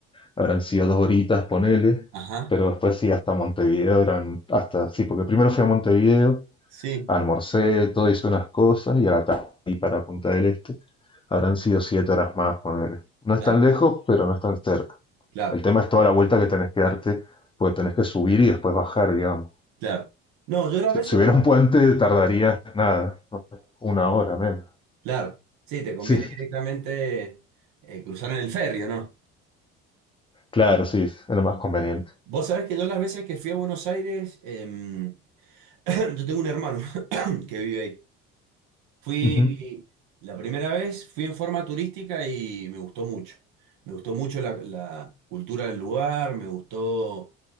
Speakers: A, on the left; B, on the right.
A: habrán sido dos horitas, ponele,
B: Ajá,
A: pero después sí, hasta Montevideo eran, hasta, sí, porque primero fui a Montevideo,
B: sí,
A: almorcé, todo hice unas cosas y a la tarde y para Punta del Este habrán sido siete horas más, ponele. No es
B: claro,
A: tan lejos, pero no es tan cerca.
B: claro,
A: El tema es toda la vuelta que tenés que darte, porque tenés que subir y después bajar, digamos.
B: claro. No, yo las
A: Si,
B: veces
A: si hubiera
B: que...
A: un puente, tardaría nada, ¿no? una hora menos.
B: Claro, sí, te conviene
A: Sí,
B: directamente eh, cruzar en el ferry, ¿o no?
A: claro, sí, es lo más conveniente.
B: Vos sabés que yo las veces que fui a Buenos Aires, em, <clears throat> yo tengo un hermano <laughs> que vive ahí. Fui,
A: Ujú,
B: la primera vez fui en forma turística y me gustó mucho. Me gustó mucho la, la cultura del lugar, me gustó